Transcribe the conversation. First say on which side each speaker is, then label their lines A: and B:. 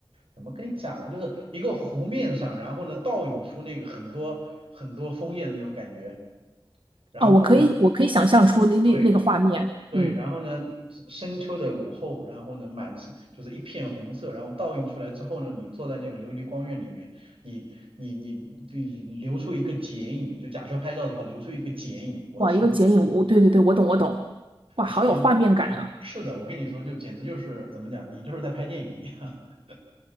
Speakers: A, on the right; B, on the right.
A: 怎么跟你讲呢？就是一个湖面上，然后呢倒影出那个很多很多枫叶的那种感觉，然后呢。
B: 哦，我可以，我可以想象出那那那个画面，
A: 对，对，
B: 嗯，
A: 然后呢，深秋的午后，然后呢，满是就是一片红色，然后倒映出来之后呢，你坐在那个琉璃光院里面，你你你你留出一个剪影，就假设拍照的话，留出一个剪影，我天呐，
B: 哇，一个剪影，我对对对，我懂我懂，哇，好有画面感啊！
A: 天呐，是的，我跟你说，就简直就是怎么讲，你就是在拍电影一样。<laughs>